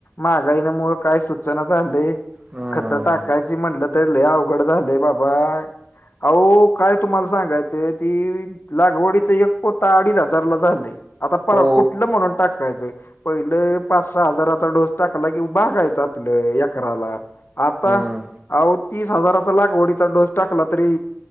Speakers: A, on the left; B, on the right.
A: महागाई मुळ काय सूचना झालय.
B: हम्म
A: खत टाकायची म्हणलं तर लय अवघड झालय बाबा अहो काय तुम्हाला सांगायचंय ती लागवडीच एक पोता अडीच हजारला झालंय आता पर
B: हो
A: कुठलं म्हणून टाकायचं.. पहिले पाच सहा हजाराचा डोस टाकला की भागायचं आपलं एकराला आता
B: हम्म
A: आ तीस हजाराचा लागवडीचा डोस टाकला तरी